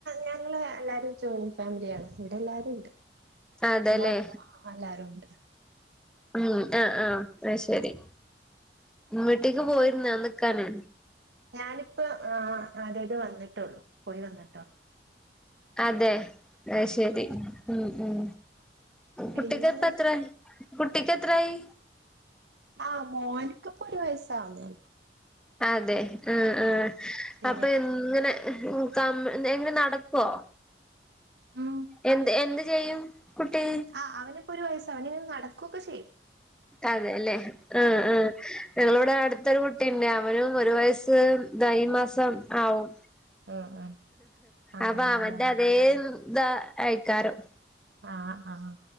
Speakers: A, on the right; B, in the centre.
A: ഞങ്ങള് എല്ലാരും ജോയിന്റ് ഫാമിലിയാണ് ഇവിടെ എല്ലാരും ഇണ്ട്
B: അതെല്ലേ
A: മറ്റല്ലാരും ഉണ്ട്
B: ഉം ആഹ് ആഹ് അത് ശരി വീട്ട്ക്ക് പോയിരുന്നോ നിക്കാന്
A: ഞാനിപ്പ ആഹ് അതായത് വന്നിട്ടുള്ളൂ പോയി വന്നിട്ടൊള്ളൂ
B: അതെ അത് ശരി ഉം ഉം കുട്ടിക്ക്
A: പിന്നെ
B: ഇപ്പ എത്രെ കുട്ടിക്കെത്രായി
A: ആഹ് മോനിക്കപ്പൊരു വയസാവുന്നേള്ളൂ
B: അതെ ഉം ഉം
A: ശരി
B: അപ്പൊ എങ്ങനെ ഉം ക എങ്ങനെ നടക്കുവോ
A: ഉം
B: എന്ത് എന്ത് ചെയ്യും കുട്ടി
A: ആഹ് അവനിപ്പോ ഒരു വയസ് അവന് നടക്കുവൊക്കെ ചെയ്യും
B: അതേല്ലേ ഉം ഉം ഞങ്ങളിവിടെ അടുത്തൊരു കുട്ടിണ്ട് അവനും ഒരു വയസ് ഈ മാസംതാ ആവും
A: <inaudible> ഉം അങ്ങനെല്ലേ
B: അപ്പൊ അവന്റെ അതേ താ ആയിക്കാരം
A: ആഹ് ആഹ്